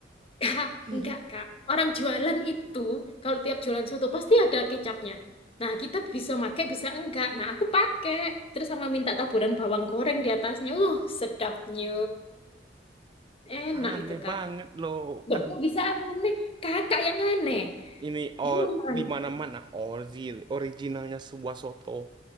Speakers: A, on the left; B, on the right.
A: Kak,
B: <laughs>
A: enggak Kak. Orang jualan itu kalau tiap jualan soto pasti ada kecapnya. Nah, kita bisa pakai bisa enggak. Nah, aku pakai terus sama minta taburan bawang goreng di atasnya. Uh, sedapnya. Enak
B: Aneh
A: itu, Kak.
B: banget loh.
A: Loh,
B: Aduh,
A: kok bisa aneh? Kakak yang aneh.
B: ini oh
A: Gimana?
B: di mana-mana orzi originalnya sebuah soto.